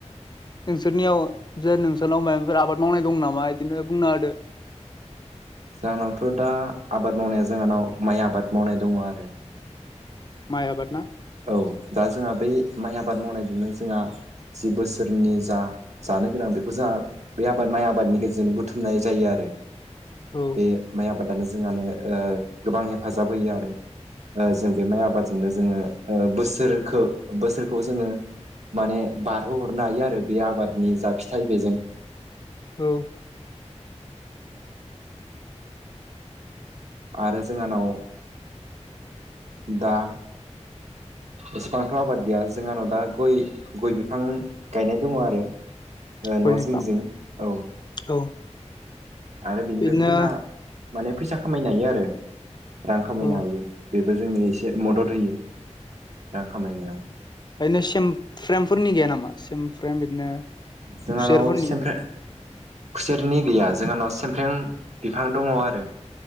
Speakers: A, on the left; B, on the right.
A: नोंसोरनियाव जे नोंसोरनाव माबाफोर आबाद मावनाय दं नामा बिदिनो बुंना होदो
B: जाहोनावथ' दा आबाद मावनाया जोंहानाव माइ आबाद मावनाय दङ आरो
A: माय आबाद ना
B: औ दा जोंहा बै माइ आबाद मावनायजोंनो जोंहा जि बोसोरनि जा जानो गोनां बेखौ जा बे आबाद माइ आबादनि गेजेरजों बुथुमनाय जायो आरो
A: औ
B: बे माइ आबादानो जोंहानो गोबां हेफाजाब होयो आरो जों बे माइ आबाद बिनो जोङो बोसोरखौ बोसोरखौ जोङो माने बारहोहरनो हायो आरो बे आबादनि जा फिथाइ बेजों
A: औ
B: आरो जोंहानाव दा एसेबांथ' आबाद गैया जोंहानाव दा गय गय बिफां गायनाय दङ आरो ओ न'
A: गय बिफां
B: जिं जिं औ
A: औ
B: आरो बेनिफ्रायबो
A: बिदिनो
B: जोंहा माने फैसा खामायनो हायो आरो रां खामायनो
A: औ
B: हायो बेबो जोंनो एसे मदद होयो रां खामायनायाव
A: खायनो सेम फ्रेमफोरनि गैया नामा सेम फ्रेम बिदिनो
B: जोंहानाव
A: खुसेरफोरनि
B: सेमफ्रेम खुसेरनि गैया जोंहानाव सेमफ्रेम बिफां दङ आरो